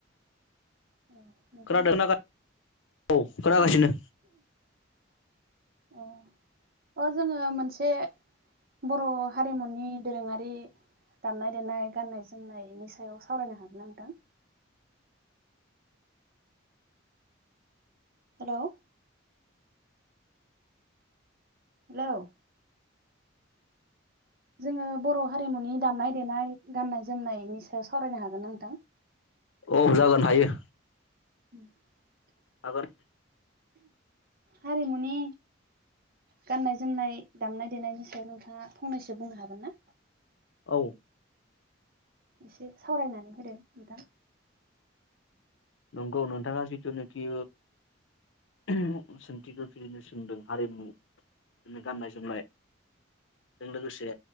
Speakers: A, on the right; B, on the left.
A: औ नोंथां
B: खोनादों ना? औ खोनागासिनो।
A: जों अ अ जोङो मोनसे बर' हारिमुनि दोरोङारि दामनाय-देनाय, गान्नाय-जोमनायनि सायाव सावरायनो हागोन ना नोंथां? हेलौ हेलौ जोङो बर' हारिमुनि दामनाय-देनाय, गान्नाय जोमनायनि सायाव सावरायनो हागोन नोंथां?
B: अ जागोन, हायो।
A: <inaudible>
B: हागोन
A: हारिमुनि गाननाय जोमनाय दामनाय देनायनि सायाव नोंथाङा फंनैसो बुंनो हागोन ना?
B: औ
A: एसे सावरायनानै होदो नोंथां
B: नंगौ नोंथाङा जिथुनोखि <unintelligible> जों लोगोसे